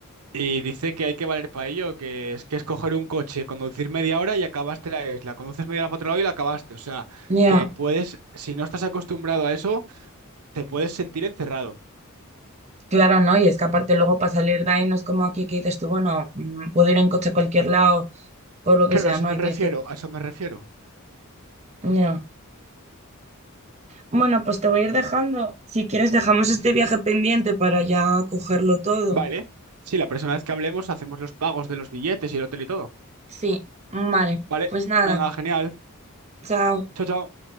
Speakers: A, on the right; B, on the right.
A: y dice que hay que valer para ello, que es que es coger un coche, conducir media hora y acabaste la isla, conduces media hora para otro lado y la acabaste, o sea,
B: Ya,
A: que puedes, si no estás acostumbrado a eso, te puedes sentir encerrado.
B: Claro, ¿no? Y es que aparte luego para salir de ahí no es como aquí que dices tú, bueno, mm, puedo ir en coche a cualquier lado, por lo que
A: Claro,
B: sea,
A: a eso
B: no, ahí
A: me
B: tienes
A: refiero,
B: que...
A: a eso me refiero.
B: Ya. Bueno, pues te voy a ir dejando. Si quieres, dejamos este viaje pendiente para ya cogerlo todo.
A: Vale. Sí, la próxima vez que hablemos hacemos los pagos de los billetes y el hotel y todo.
B: sí. Vale,
A: Vale.
B: pues nada,
A: Venga, genial.
B: chao.
A: Chao, chao.